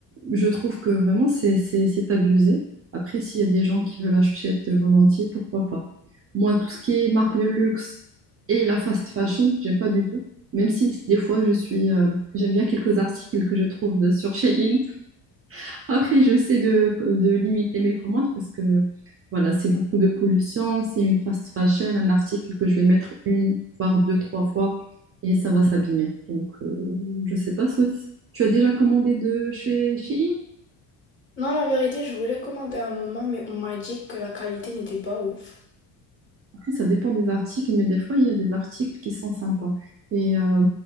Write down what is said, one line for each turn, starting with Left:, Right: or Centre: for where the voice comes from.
Right: je trouve que vraiment, c'est c'est- c'est abusé. Après, s'il y a des gens qui veulent acheter volontiers, pourquoi pas? Moi, tout ce qui est marque de luxe et la fast fashion, j'aime pas du tout. Même si des fois, je suis, euh, j'aime bien quelques articles que je trouve de- sur <laughs> Shein. Après, j'essaie de, de limiter mes commandes parce que voilà, c'est beaucoup de pollution. C'est une fast fashion, un article que je vais mettre une, voire deux, trois fois et ça va s'abîmer. Donc, euh, je sais pas, soit tu as déjà commandé de chez Shein?
Left: Non, la vérité, je voulais commander un moment, mais on m'a dit que la qualité n'était pas ouf.
Right: Après, ça dépend des articles, mais des fois, il y a des articles qui sont sympas. Et euh,